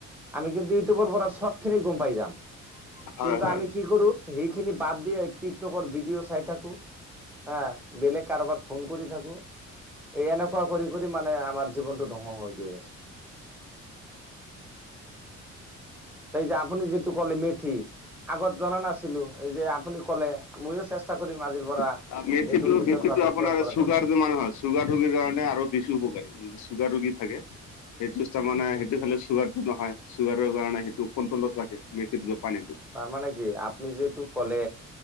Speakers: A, in the centre; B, on the left (about 70°).
A: আমি যদি ইউটিউবৰ পৰা সবখিনি গম পাই যাম।
B: হয়
A: কিন্তু
B: হয়
A: আমি কি কৰো! সেইখিনি বাদ দি টিকটকৰ ভিডিঅ'। চাই থাকো হা, বেলেগ কাৰোবাক ফোন কৰি থাকো। এই এনেকুৱা কৰি কৰি মানে আমাৰ জীৱনটো ধংস হৈ গৈ আছে। সেই যে আপুনি যিটো কলে মেথি। আগত জনা নাছিলো, এই যে আপুনি কলে ময়ো চেষ্টা কৰিম আজিৰ। পৰা
B: <unintelligible> আপোনাৰ
A: এইটো নিজৰ বাবে প্ৰয়োগ কৰাৰ
B: চুগাৰ
A: কাৰণে
B: <unintelligible> চুগাৰ ৰোগীৰ কাৰণে আৰু বেছি উপকাৰী, চুগাৰ ৰোগী থাকে সেইটো তাৰমানে
A: উম
B: সেইটো খালে চুগাৰ। নহয়, চুগাৰৰ কাৰণে সেইটো কণ্ট্ৰলত ৰাখে, মেথিটো পানীটো।
A: তাৰ মানে কি? আপুনি যিটো কলে